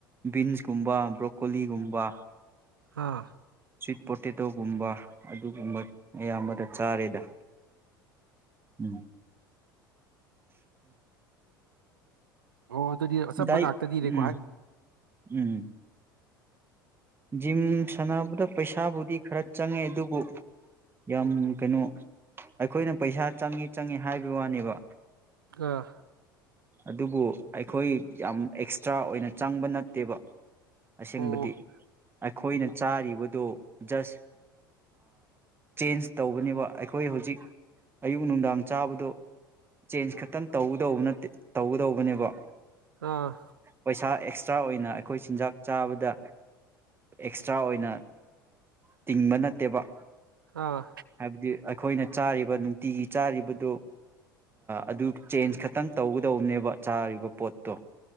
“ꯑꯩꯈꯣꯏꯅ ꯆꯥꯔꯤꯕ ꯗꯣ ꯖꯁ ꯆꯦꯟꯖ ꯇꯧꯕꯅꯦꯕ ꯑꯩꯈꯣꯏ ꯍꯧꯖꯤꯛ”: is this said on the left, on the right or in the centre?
Right